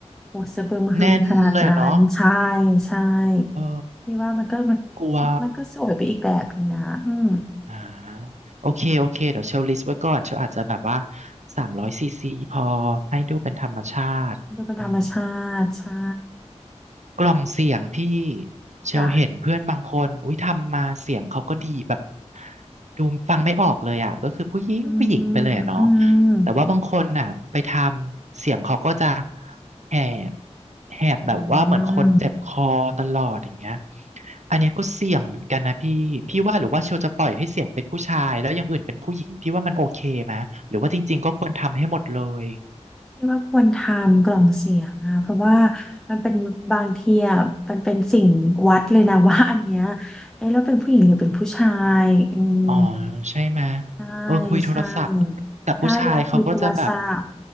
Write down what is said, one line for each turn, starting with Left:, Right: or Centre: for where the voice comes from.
Centre: โอ้สะบึมหึมขนาดนั้นใช่
Right: แน่นเลยอะเนาะ
Centre: ใช่
Right: เออ
Centre: พี่ว่ามันก็มัน
Right: กลัว
Centre: มันก็สวยไปอีกแบบนึงนะอืม
Right: อ่าโอเคโอเคเดี๋ยวเชลลิสต์ไว้ก่อนเชลอาจจะแบบว่าสามร้อยซีซีพอให้ดูเป็นธรรมชาติอืม
Centre: ดูเป็นธรรมชาติใช่
Right: กล่องเสียงพี่เชลเห็นเพื่อนบางคนอุ้ยทำมาเสียงเขาก็ดีแบบ
Centre: จ้ะ
Right: ดูฟังไม่ออกเลยอ่ะก็คือผู้หญิงผู้หญิงไปเลยอะเนาะ
Centre: อืมอืม
Right: แต่ว่าบางคนน่ะไปทำเสียงเขาก็จะแหบแหบแบบว่าเหมือนคนเจ็บคอตลอดอย่างเงี้ย
Centre: อืม
Right: อันเนี้ยก็เสี่ยงเหมือนกันนะพี่พี่ว่าหรือว่าเชลจะปล่อยให้เสียงเป็นผู้ชายแล้วอย่างอื่นเป็นผู้หญิงพี่ว่ามันโอเคไหมหรือว่าจริงๆก็ควรทำให้หมดเลย
Centre: ที่ว่าควรทำกล่องเสียงอะเพราะว่ามันเป็นบางทีอะมันเป็นสิ่งวัดเลยนะว่าอันเนี้ยเอ๊ะแล้วเป็นผู้หญิงหรือเป็นผู้ชายอืม
Right: อ๋อใช่ไหมย
Centre: ใช่
Right: เออคุยโทรศัพท์แต่ผู้ชายเขาก็จะแบบ
Centre: ใช่ใช่เวลาคุยโทรศัพท์